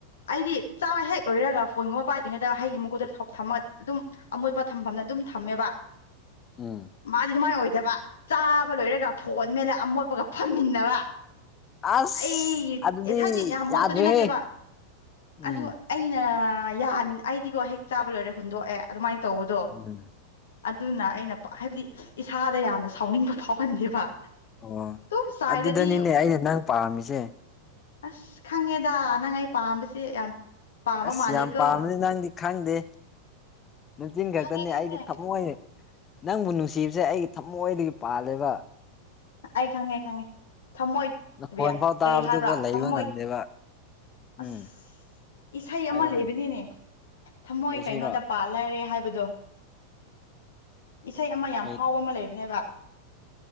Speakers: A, on the left; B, on the left.
A: ꯑꯩꯗꯤ ꯆꯥꯕ ꯍꯦꯛ ꯂꯣꯏꯔꯒ ꯐꯣꯟꯒꯨꯝꯕ ꯄꯥꯏꯗ꯭ꯔꯤꯉꯩꯗ ꯍꯩꯒꯤ ꯃꯀꯨꯗ ꯊꯝꯃ ꯑꯗꯨꯝ ꯑꯃꯣꯠꯄ ꯊꯝꯐꯝꯅ ꯑꯗꯨꯝ ꯊꯝꯃꯦꯕ
B: ꯎꯝ
A: ꯃꯥꯗꯤ ꯑꯗꯨꯃꯥꯏꯅ ꯑꯣꯏ ꯗꯕ ꯆꯥꯕ ꯂꯣꯏꯔꯒ ꯐꯣꯟ ꯃꯂ ꯑꯃꯣꯠꯄꯒ ꯐꯝꯃꯤꯟꯅꯕ
B: ꯑꯁ
A: ꯑꯩ
B: ꯑꯗꯨꯗꯤ
A: ꯏꯁꯥꯏꯗꯤ ꯌꯥꯝ ꯃꯣꯠꯄꯗꯤ
B: ꯌꯥꯗ꯭ꯔꯦꯍꯦ
A: ꯅꯠꯇꯦꯕ
B: ꯎꯝ
A: ꯑꯗꯨ ꯑꯩꯅ ꯑꯩꯗꯤꯒꯣ ꯍꯦꯛ ꯆꯥꯕ ꯂꯣꯏꯔꯦ ꯍꯨꯟꯗꯣꯛꯑꯦ ꯑꯗꯨꯃꯥꯏꯅ ꯇꯧꯕꯗꯣ
B: ꯎꯝ
A: ꯑꯗꯨꯅ ꯑꯩꯅ ꯍꯥꯏꯕꯗꯤ ꯏꯁꯥꯗ ꯌꯥꯝꯅ ꯁꯥꯎꯅꯤꯡꯕ ꯐꯥꯎꯍꯟꯗꯦꯕ
B: ꯑꯣ
A: ꯑꯗꯨꯝ ꯆꯥꯏꯔꯗꯤ
B: ꯑꯗꯨꯗꯅꯤꯅꯦ ꯑꯩꯅ ꯅꯪ ꯄꯥꯝꯃꯤꯁꯦ
A: ꯑꯁ ꯈꯪꯉꯦꯗ ꯅꯪ ꯑꯩ ꯄꯥꯝꯕꯁꯦ ꯌꯥꯝ ꯄꯥꯝꯕ
B: ꯑꯁ
A: ꯃꯥꯜꯂꯦꯀꯣ
B: ꯌꯥꯝ ꯄꯥꯝꯕꯅꯤ ꯅꯪꯗꯤ ꯈꯪꯗꯦ ꯆꯤꯟ ꯈꯛꯇꯅꯦ
A: ꯈꯪꯉꯦ ꯈꯪꯉꯦ
B: ꯑꯩꯗꯤ ꯊꯝꯃꯣꯏꯅꯦ ꯅꯪꯕꯨ ꯅꯨꯡꯁꯤꯕꯁꯦ ꯑꯩꯒꯤ ꯊꯃꯣꯏꯗꯒꯤ ꯄꯥꯜꯂꯦꯕ
A: ꯑꯩ ꯈꯪꯉꯦ ꯈꯪꯉꯦ ꯊꯝꯃꯣꯏꯕꯤꯌꯥ
B: ꯅꯈꯣꯟ ꯐꯥꯎ ꯇꯥꯕꯗꯨꯀꯣ
A: ꯀꯔꯤ ꯍꯥꯏꯕ꯭ꯔꯣ
B: ꯂꯩꯕ
A: ꯊꯝꯃꯣꯏ
B: ꯉꯝꯗꯦꯕ
A: ꯑꯁ
B: ꯎꯝ
A: ꯏꯁꯩ
B: ꯍꯥꯏꯔꯣ
A: ꯑꯃ ꯂꯩꯕꯅꯤꯅꯦ
B: ꯍꯥꯏꯔꯣ
A: ꯊꯝꯃꯣꯏ
B: ꯀꯩ ꯏꯁꯩꯔꯣ
A: ꯀꯩꯅꯣꯗ ꯄꯥꯜꯂꯔꯦ ꯍꯥꯏꯕ ꯏꯁꯩ ꯑꯃ ꯌꯥꯝ
B: ꯀꯩ
A: ꯐꯥꯎꯕ ꯑꯃ ꯂꯩꯕꯅꯦꯕ